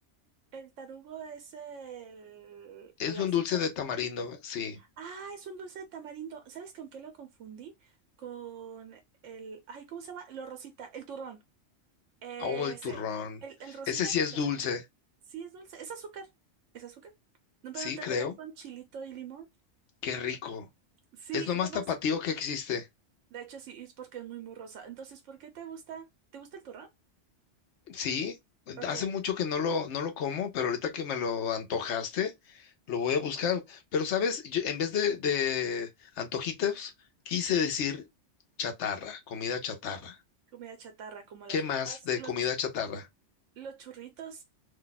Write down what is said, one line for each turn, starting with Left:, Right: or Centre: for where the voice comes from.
Right: El tarugo es el, el
Left: Es
Right: azúcar.
Left: un dulce de tamarindo, sí.
Right: Ah, es un dulce de tamarindo. ¿Sabes con qué lo confundí? Con el... Ay, ¿cómo se llama? Lo rosita, el turrón. Ese.
Left: Oh, el turrón.
Right: El, el rosita
Left: Ese sí
Right: que
Left: es
Right: te
Left: dulce,
Right: lo venden. Sí, es dulce. Es azúcar. ¿Es azúcar? No, pero
Left: sí,
Right: te
Left: creo.
Right: lo dan con chilito y limón.
Left: Qué rico.
Right: Sí,
Left: Es lo más
Right: nomás.
Left: tapatío que existe.
Right: De hecho, sí, es porque es muy, muy rosa. Entonces, ¿por qué te gusta? ¿Te gusta el turrón?
Left: Sí,
Right: Ok.
Left: hace mucho que no lo, no lo como, pero ahorita que me lo antojaste, lo voy a buscar. Pero, ¿sabes? Yo, en vez de, de antojitos, quise decir chatarra, comida chatarra.
Right: Comida chatarra, como las
Left: ¿Qué más
Right: papas,
Left: de
Right: los,
Left: comida
Right: chu-
Left: chatarra?
Right: los churritos.